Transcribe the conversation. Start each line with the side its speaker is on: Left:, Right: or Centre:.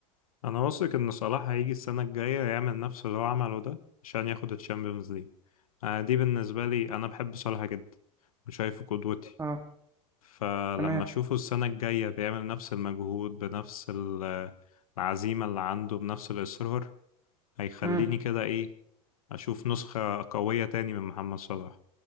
Left: انا واثق ان صلاح هيجي السنة الجاية يعمل نفس اللي هو عمله ده عشان ياخد الشامبيونز ليج آه، دي بالنسبة لي انا بحب صلاح جدا وشايفه قدوتي
Right: أه
Left: فلما
Right: تمام
Left: أشوفه السنة الجاية بيعمل نفس المجهود بنفس ال- العزيمة اللي عنده بنفس الإصرار هيخليني
Right: أمم
Left: كده إيه أشوف نسخة قوية تاني من محمد صلاح